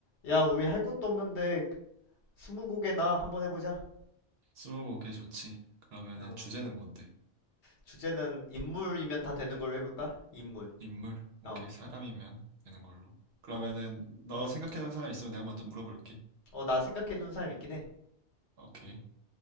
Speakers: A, on the left (about 75°); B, on the right (about 65°).
A: 야, 우리 할 것도 없는데 스무고개나 한번 해보자.
B: 스무고개 좋지. 그러면은
A: 어,
B: 주제는 뭔데?
A: 주제는 인물이면 다 되는 걸로 해볼까? 인물.
B: 인물? 오케이,
A: 어,
B: 사람이면 되는 걸로. 그러면은
A: 어,
B: 너
A: 음.
B: 생각해놓은 사람 있으면 내가 먼저 물어볼게.
A: 어, 나 생각해둔 사람 있긴 해.
B: 오케이.